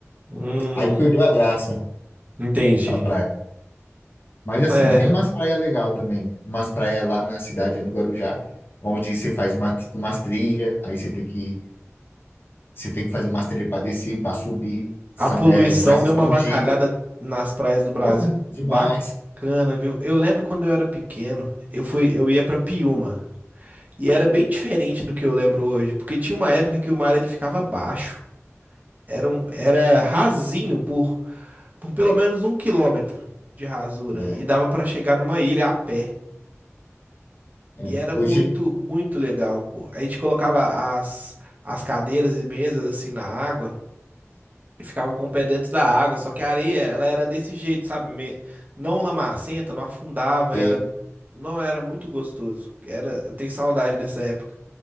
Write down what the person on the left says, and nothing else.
Aí perdeu a graça
de ir pra praia. Mas assim,
tem umas praias legal também. Umas praias lá na cidade, no Guarujá, onde você faz uma, umas trilhas, aí você tem que, você tem que fazer umas trilhas pra descer, pra subir,
são,
é, mais
escondida.
Porra, demais.
É,
é.
Hoje
tem.